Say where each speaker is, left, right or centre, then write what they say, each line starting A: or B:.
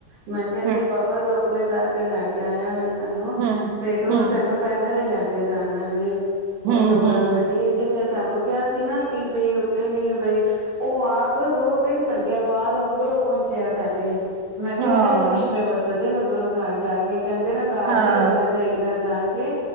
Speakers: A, on the right; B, on the right.
A: ਮੈਂ ਕਿਹਾ ਨਹੀ
B: ਹਮ
A: ਬਾਬਾ ਤੂੰ ਆਪਣੇ ਦਰ ਤੇ ਲੈ ਕੇ ਆਇਆ ਵੇ। ਤੁਹਾਨੂੰ
B: ਹਮ
A: ਤੇ ਤੂੰ
B: ਹਮ
A: ਸਾਨੂੰ ਪੈਦਲ ਹੀ ਲੈ ਜਾਣਾ ਵੇ।
B: ਹਮ
A: ਉਹੀ ਉਹ ਗੱਲ
B: ਹਮ
A: ਬਣੀ ਏ ਜਿੰਨੇ ਸਾਨੂੰ ਕਿਹਾ ਸੀ ਨਾ ਕਿ ਬਈ ਉੱਥੇ ਨੇ ਬਈ ਉਹ ਆਪ ਦੋ-ਤਿੰਨ ਘੰਟੇ ਤੇ ਆਪ ਬਾਅਦ ਮਗਰੋਂ ਪਹੁੰਚਿਆ ਸਾਡੇ। ਕੈ
B: ਹਾਂ
A: ਐਹ ਕ੍ਰਿਸ਼ਮੇ ਵਰਤਦੇ ਨੇ। ਗੁਰੂ ਘਰ ਜਾ ਕੇ। ਕਹਿੰਦੇ ਨਾ ਹੰਕਾਰ
B: ਹਾਂ
A: ਨੀ ਕਰਨਾ ਚਾਹੀਦਾ ਜਾਂ ਕੇ।